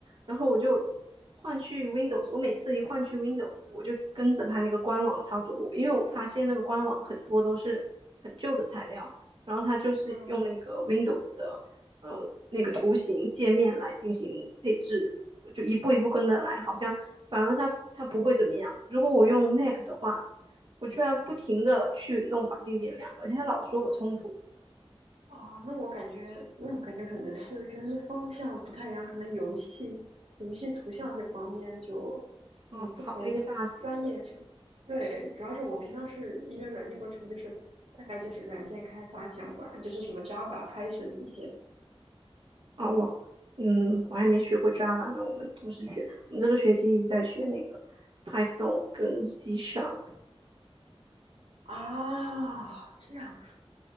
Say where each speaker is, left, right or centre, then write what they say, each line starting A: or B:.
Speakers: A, on the right; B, on the right.
A: 然后我就换去 Windows，我每次一换去 Windows，我就跟着它那个官网操作，因为我发现那个官网很多都是很旧的材料，然后它就是用那个
B: 嗯
A: Windows 的呃那个图形界面来进行配置，我就一步一步跟着来，好像反而它它不会怎么样。如果我用 Mac 的话，我居然不停的去弄环境变量，而且它老说我冲突
B: 啊，那我感觉，那我感觉可能是跟是方向不太一样，可能游戏游戏图像这方面就，
A: 啊、
B: 嗯，
A: 跑那个大型的，
B: 不同专业是，对，主要是我平常是因为软件工程，就是大概就是软件开发相关，就是什么 Java、Python 这些
A: 啊，我，嗯，我还没学过 Java 呢，我们都是学，我们这个学期一直在学那个 Python 跟 C Sharp。
B: 啊，这样子，